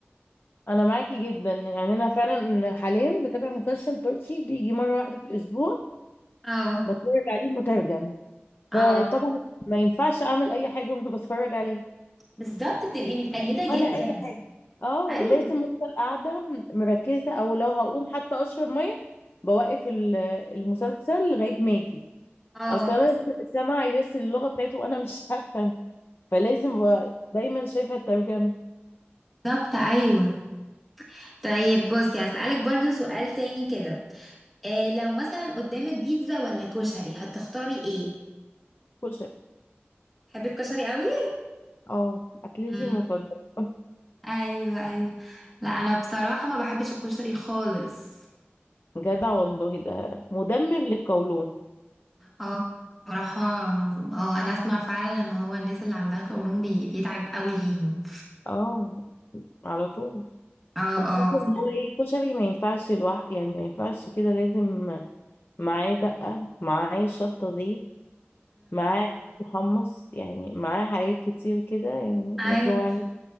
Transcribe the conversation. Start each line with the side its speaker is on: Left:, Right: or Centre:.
Left: انا معاكي جدا يعني انا فعلا حاليا بتابع مسلسل تركي بيجي مره واحده في الاسبوع
Centre: اه
Left: بتفرج عليه مترجم
Centre: اه
Left: فطبعا ما ينفعش اعمل اي حاجه وانا بتفرج عليه
Centre: بالظبط بتبقي متقيده
Left: ولا
Centre: جدا
Left: اي حاجه اه
Centre: ايوه
Left: لازم افضل قاعده مركزه او لو هقوم حتى اشرب ميه بوقف ال- المسلسل لغايه ما اجي
Centre: اه
Left: اصلا انا سامعي بس اللغه بتاعته وانا مش هفهم فلازم ب- دايما شايفه الترجمه
Centre: بالظبط ايوه طيب بصي هسألك برضو سؤال تاني كده إيه لو مثلا قدامك بيتزا ولا كشري هتختاري ايه؟
Left: كشري
Centre: تحبي الكشري قوي؟
Left: اه اكلتي
Centre: امم
Left: المفضله <laughs>
Centre: ايوه ايوه لا انا بصراحه ما بحبش الكشري خالص
Left: جدع والله ده مدمم للقولون
Centre: اه بصراحه اه انا اسمع فعلا ان هو الناس اللي عندها قولون بي... بيتعب قوي ليهم
Left: اه على طول
Centre: اه
Left: وخصوصا
Centre: اه
Left: ان هو ايه كشري ما ينفعش الوح يعني ما ينفعش كده لازم معاه دقه معاه شطه زيت معاه محمص يعني معاه حاجات كتير كده يعني
Centre: امم
Left: ما جوعنيش